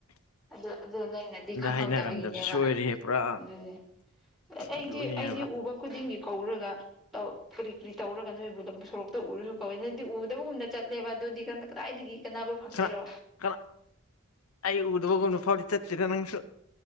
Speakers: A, in the centre; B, on the left (about 85°).
A: ꯑꯗꯨ ꯑꯗꯨ ꯅꯩꯅꯗꯤ ꯈꯪꯍꯧꯗꯕ
B: ꯍꯥꯏꯅꯔꯝꯗꯕꯁꯨ
A: ꯒꯤꯅꯦꯕ
B: ꯁꯣꯏꯔꯦꯍꯦ ꯄꯨꯔꯥ
A: ꯑꯗꯨꯅꯤ ꯑꯩꯗꯤ
B: ꯑꯗꯨꯅꯦꯕ
A: ꯑꯩꯗꯤ ꯎꯕ ꯈꯨꯗꯤꯡꯒꯤ ꯀꯧꯔꯒ ꯇꯧ ꯀꯔꯤ ꯀꯔꯤ ꯇꯧꯔꯒ ꯅꯣꯏꯕꯨ ꯑꯗꯨ ꯁꯣꯔꯣꯛꯇ ꯎꯔꯨꯁꯨ ꯀꯧꯋꯦ ꯅꯣꯏꯗꯤ ꯎꯗꯕ ꯒꯨꯝꯅ ꯆꯠꯂꯦꯕ ꯑꯗꯨꯗꯤ ꯀꯗꯥꯏꯗꯒꯤ ꯀꯅꯥꯕ ꯐꯪꯒꯤꯔꯣ
B: ꯈꯔ ꯀꯅꯥ ꯑꯩ ꯎꯗꯕ ꯒꯨꯝꯕ ꯐꯥꯎꯗꯤ ꯆꯠꯇꯦꯗ ꯅꯪꯁꯨ